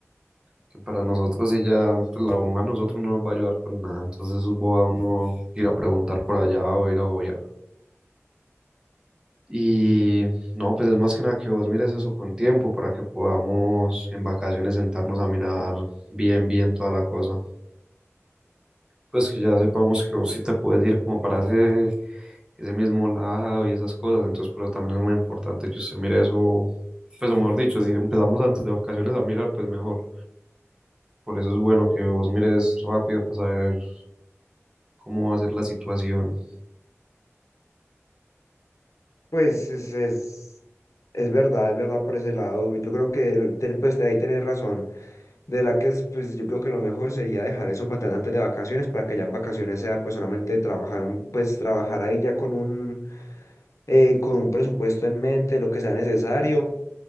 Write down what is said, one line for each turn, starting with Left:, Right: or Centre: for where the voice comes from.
Right: Que para nosotros ella pues la U a nosotros no nos va a ayudar con nada, entonces eso es boba uno ir a preguntar por allá o ir a obviar. Y no, pues es más que nada que vos mires eso con tiempo para que podamos en vacaciones sentarnos a mirar bien, bien toda la cosa. Pues que ya sepamos que vos sí te puedes ir como para ese, ese mismo lado y esas cosas. Entonces, pero también es muy importante que usted mire eso, pues o mejor dicho, si empezamos antes de vacaciones a mirar, pues mejor. Por eso es bueno que vos mires rápido para saber cómo va a ser la situación
Left: Pues es, es, es verdad, es verdad por ese lado. Yo creo que ten- pues, ahí tenés razón. De la que es, pues yo creo que lo mejor sería dejar eso para tan antes de vacaciones, para que ya en vacaciones sea pues solamente trabajar, un- pues trabajar ahí ya con un, eh, con un presupuesto en mente, lo que sea necesario